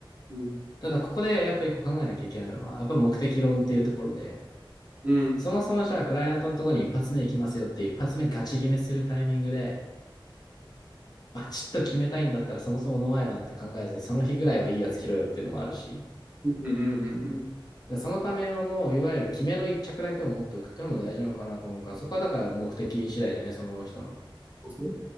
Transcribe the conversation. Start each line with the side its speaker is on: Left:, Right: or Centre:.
Right: うん。
Left: ただここでやっぱ一個考えなきゃいけないのは、やっぱ目的論っていうところで、
Right: うん。
Left: そもそもじゃあクライアントのところに一発目行きますよって一発目ガチ決めするタイミングで、バチッと決めたいんだったらそもそもノンアイロンなんて考えずに、その日ぐらいはいいやつ着ろよっていうのもあるし、
Right: うんうんうんうん。
Left: でそのため用の、いわゆる決めの一着だけを持っておくっていうのも大事なのかなと思うから、そこはだから目的次第だよね、その人の。
Right: そうですね。